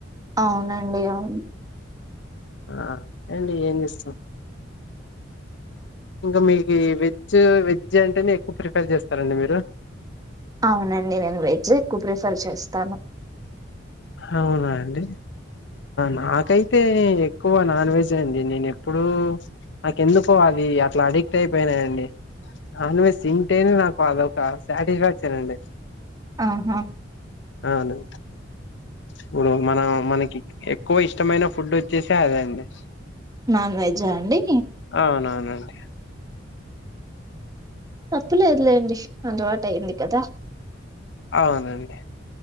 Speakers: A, on the right; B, on the left.
A: అవునండి అవున్
B: ఆ ఏండి ఏం చేస్తాం. ఇంకా మీకి ఈ విజ్ విజ్ అం అంటే మీ ఎక్కువ ప్రిఫేర్ చేస్తారండి. మీరు
A: అవునండి నేను వెజ్ ఎక్కువ ప్రిఫర్ చేస్తాను
B: అవునా అండి నాకైతే ఎక్కువ నాన్ వెజ్ అండి నేను ఎప్పుడూ నాక ఎందుకో అది అట్లా అడిక్ట్ అయిపోయినాయండి నాన్ వెజ్ తింటేనే నాకు అదొక సాటిస్ఫాక్షన్ అండి
A: ఆహా
B: అవును ఇప్పుడు మన మనకి ఎక్కువ ఇష్టమైన ఫుడ్ వచ్చేసే అదేండి
A: నాన్ వెజా అండి.
B: అవునవును అండి
A: తప్పులేదులేండి అలవాటు అయ్యంది కదా
B: అవునండి